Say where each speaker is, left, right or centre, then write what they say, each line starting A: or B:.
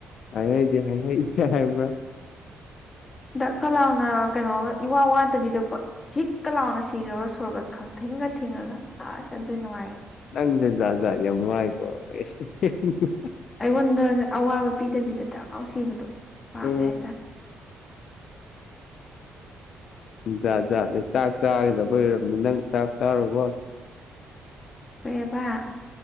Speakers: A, on the left; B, on the left.
A: ꯍꯥꯏ ꯍꯩꯗꯦ ꯍꯥꯏ ꯍꯩꯗꯦ ꯍꯥꯏꯕ꯭ꯔꯥ
B: ꯗꯛ ꯀ ꯂꯥꯎꯅ ꯀꯩꯅꯣꯒ ꯏꯋꯥ ꯋꯥꯗꯕꯤꯗꯀꯣ ꯍꯤꯛ ꯀ ꯂꯥꯎꯅ ꯁꯤꯈ꯭ꯔꯕ ꯁꯣꯔꯒ ꯈꯪꯊꯤꯡꯒ ꯊꯤꯡꯉꯒ ꯑꯁ ꯑꯗꯨꯗꯤ ꯅꯨꯡꯉꯥꯏꯅꯤ
A: ꯅꯪꯁꯦ ꯖꯥꯠ ꯖꯥꯠ ꯌꯥꯝ ꯉꯥꯡꯉꯤꯀꯣ <inaudible>
B: ꯑꯩꯉꯣꯟꯗ ꯑꯋꯥꯕ ꯄꯤꯗꯕꯤꯗ ꯗꯥꯛ ꯂꯥꯎ ꯁꯤꯕꯗꯣ ꯄꯥꯝꯃꯦ
A: ꯎꯝ
B: ꯍꯥꯏꯇꯥꯔꯦ
A: ꯖꯥꯠ ꯖꯥꯠꯅꯦ ꯆꯥꯛ ꯆꯥꯒꯗꯕ ꯑꯣꯏꯔꯕꯅꯤ ꯅꯪ ꯆꯥꯛ ꯆꯥꯔꫭꯀꫭ
B: ꯀꯩꯑꯕꯥ